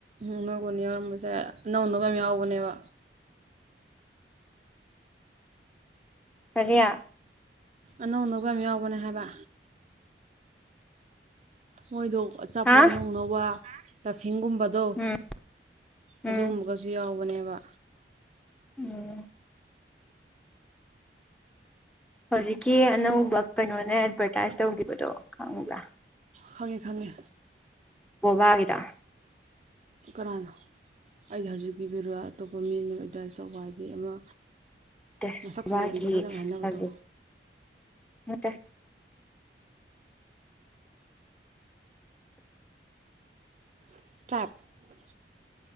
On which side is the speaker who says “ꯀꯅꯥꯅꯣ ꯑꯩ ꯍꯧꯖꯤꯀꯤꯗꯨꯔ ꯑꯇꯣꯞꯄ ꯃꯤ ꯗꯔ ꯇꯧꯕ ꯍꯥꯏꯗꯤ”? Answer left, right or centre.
Right